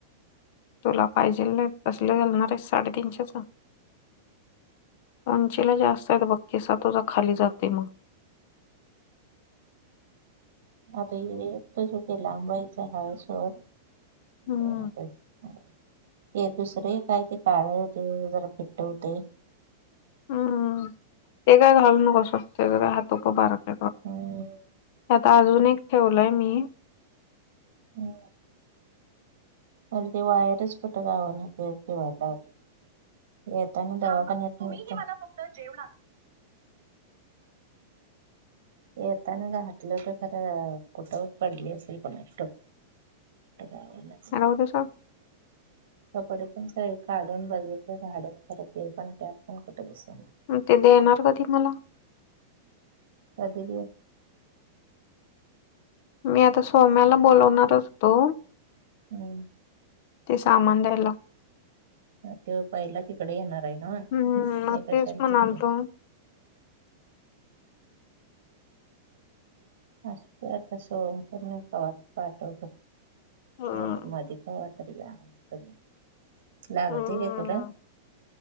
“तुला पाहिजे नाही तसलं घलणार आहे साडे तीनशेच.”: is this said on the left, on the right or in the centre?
Left